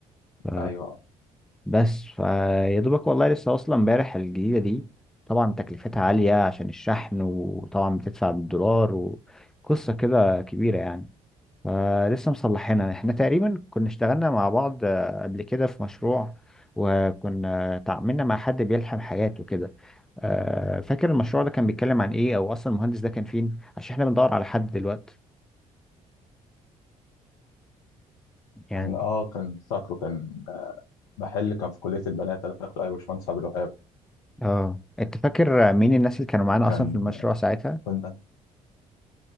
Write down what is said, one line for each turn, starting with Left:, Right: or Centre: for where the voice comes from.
Centre: ف...
Left: ايوه
Centre: بس فيا دوبك والله لسه واصله امبارح الجديده دي طبعا تكلفتها عاليه عشان الشحن وطبعا بتدفع بالدولار وقصه كده كبيره يعني آه لسه مصلحينها احنا تقريبا كنا اشتغلنا مع بعض آه قبل كده في مشروع وكنا تعاملنا مع حد بيلحم حاجات وكده آه فاكر المشروع ده كان بيتكلم عن ايه او اصلا المهندس ده كان فين عشان احنا بندور على حد دلوقتي يعني
Left: كان اه كان فاكره كان محل كان في كليه البنات انا فاكره ايوه باشمهندس عبد الوهاب
Centre: اه انت فاكر مين الناس اللي كانوا معانا
Left: كان
Centre: اصلا في المشروع ساعتها
Left: كنا